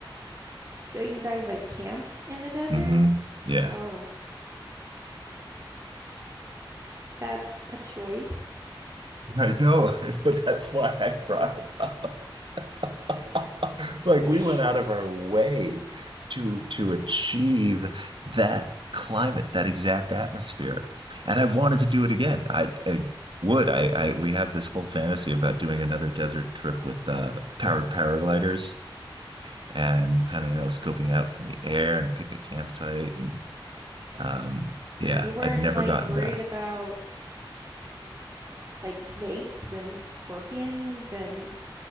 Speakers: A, on the right; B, on the right.
A: So you guys like camped in the desert?
B: hmm Yeah.
A: Oh, that's a choice. <laughs>
B: I know. <laughs> I know. That's why I brought it up. <laughs> Like
A: Like
B: we went out of our way to to achieve that climate, that exact atmosphere. And I've wanted to do it again. I, I would. I, I we have this whole fantasy about doing another desert trip with uh, powered paragliders. and kind of, you know, scoping out from the air and pick a campsite. And um, yeah,
A: you weren't
B: I've never
A: like
B: gotten
A: worried
B: back.
A: about like snakes and scorpions and